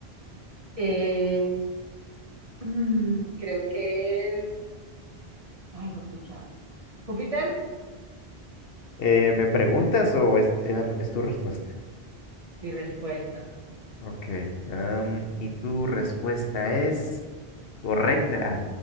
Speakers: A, on the right; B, on the left.
A: Eh, mm, creo que es. Ay, pucha. ¿Júpiter?
B: Eh, ¿me preguntas o es, er, es tu respuesta?
A: Mi respuesta.
B: Ok. am, y tu respuesta es... Correcta. Ah,